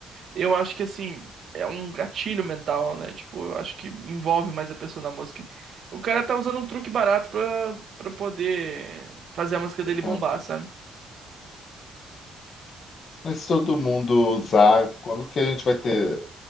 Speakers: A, on the right (about 60°); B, on the left (about 50°).
A: Eu acho que assim, é um gatilho mental, né? Tipo, eu acho que envolve mais a pessoa na música. O cara tá usando um truque barato pra, pra poder fazer a música dele bombar,
B: É.
A: sabe?
B: Mas se todo mundo usar, quando que a gente vai ter